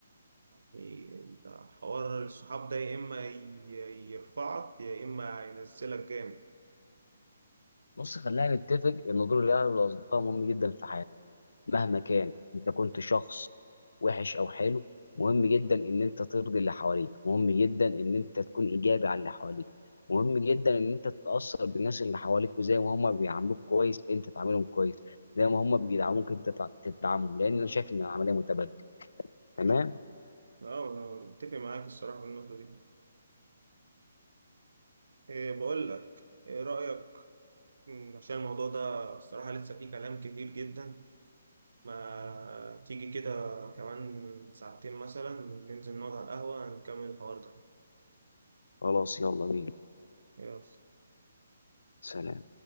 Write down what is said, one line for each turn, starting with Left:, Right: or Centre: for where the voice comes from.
Right: يعني حوار الصحاب ده يا إما ي- يرفعك يا إما ينزلك جامد
Left: بص خلينا نتفق ان دور الاهل والاصدقاء مهم جدا في حياتنا مهما كان انت كنت شخص وحش او حلو مهم جدا ان انت ترضي اللي حواليك مهم جدا ان انت تكون ايجابي على اللي حواليك مهم جدا ان انت تتاثر بالناس اللي حواليك وزي ما هم بيعاملوك كويس انت تعاملهم كويس زي ما هم بيدعموك انت تع- تدعمهم لان انا شايف ان العمليه متبادله تمام
Right: اه انا متفق معاك الصراحه في النقطه دي إيه بقول لك ايه رايك مم، عشان الموضوع ده الصراحه لسه فيه كلام كتير جدا ما تيجي كده كمان ساعتين مثلا ننزل نقعد على القهوه نكمل الحوار ده
Left: خلاص يلا بينا
Right: يلا
Left: سلام